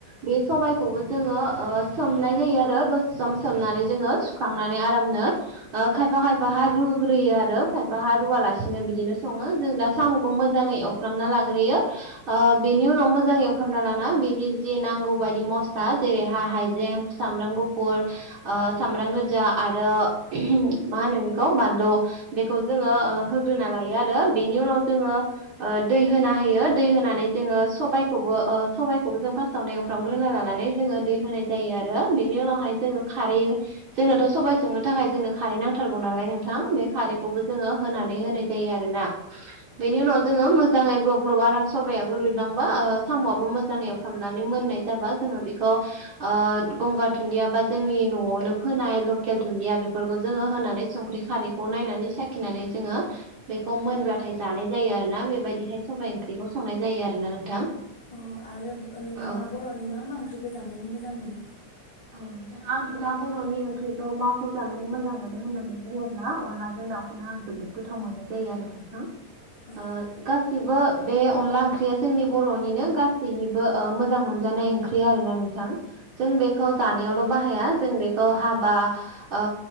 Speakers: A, on the right; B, on the left.
A: बे सबायाइखौबो जोङो ओ सोमनाय जायो आरो दसे सम सोमनानै जोङो सुखांनानै आरामनो। ओ खायफा -खायफा हा रुग्रोयो आरो खायफा हा रुवालासिनो बिदिनो सङो जों दा साम'खौ मोजाङै एव। खालामना लाग्रोयो ओ बेनि उनाव मो मोजां एवफ्रामना लाना बेनि जि नांगौ बायदि मस्ला जेरैहा हाइजें सामब्राम गुफुर। ओ सामब्राम गोजा आरो मा होनो बेखौ बानलु। बेखौ जोङो ओ होग्रोना लायो आरो बेनि उनाव जोङो। ओ दै होना होयो दै होनानै जोङो सबाय खौबो ओ सबायखौबो जों फार्स्टावनो एवफ्रामग्रोना लानानै जोङो दै होनाय जायो आरो बेनि उनावहाय। जोङो खारै जोंनोथ' सबबाय संनो थाखाय जोंनो खारै नांथारगौ नालाय नोंथां बे खारैखौबो जोङो होनानै होनाय जायो आरोना। बेनि उनाव जोङो मोजाङै ग्लब ग्लब आराम सबायाबो रुइलांबा ओ साम'आबो मोजां एवफ्रामनानै मोननाय जाबा जोङो बेखौ गंगार दुन्दिया बा जोंनि न'आवनो फोनाय लकेल दुन्दिया बेफोरखौ जोङो होनानै संख्रि खारैखौ नायनानै साखिनानै जोङो बेखौ मोनब्लाथाय जानाय जायो आरो ना बेबायदिहाय सबाइ ओंख्रिखौ संनाय जायो आरोना नोंथां।
B: अ आरो नोंथाङा
A: औ
B: बर'नि मा मा मोजां मोनो?
A: औ नोंथां आंथ' दा बर'नि ओंख्रिखौ माखौ जानानै मोजां मोनो होननानै बुङोब्ला अनलाजों दाउ खौनो आं जोबोद गोथाव मोननाय जायो आरो नोंथां ओ
B: अ
A: गासिबो बे अनला ओंख्रिया जोंनि बर'निनो गासैनिबो ओ मोजां मोनजानाय ओंख्रि आरोना नोंथां, जों बेखौ जानायावल' बाहाया। जों बेखौ हाबा ओ